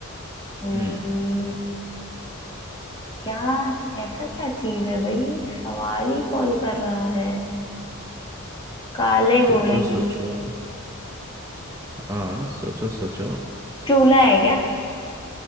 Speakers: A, on the left; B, on the right.
A: हम्म
B: हम्म
A: क्या ऐसा क्या चीज है भाई सवारी कौन कर रहा है काले
B: सोचो
A: घोड़े
B: सोचो
A: की
B: हाँ सोचो सोचो
A: चूल्हा है क्या